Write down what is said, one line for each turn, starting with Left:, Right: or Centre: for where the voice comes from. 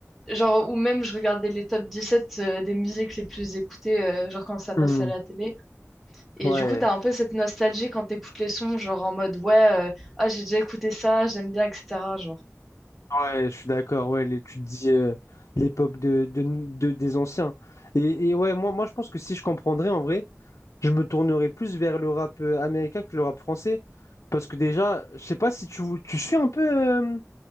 Centre: Genre, ou même je regardais les top 17 euh, des musiques les plus écoutées, euh, genre quand ça
Left: Hmm,
Centre: passait à la télé. Et
Left: Ouais,
Centre: du coup, t'as un peu cette nostalgie quand t'écoutes les sons, genre en mode ouais, euh, ah, j'ai déjà écouté ça, j'aime bien, etc. Genre.
Left: ouais, je suis d'accord, ouais, les- tu te dis euh, l'époque de, de, de- des anciens. Et, et ouais, moi, moi, je pense que si je comprendrais, en vrai, je me tournerais plus vers le rap euh, américain que le rap français. Parce que déjà, je sais pas si tu, tu suis un peu euh,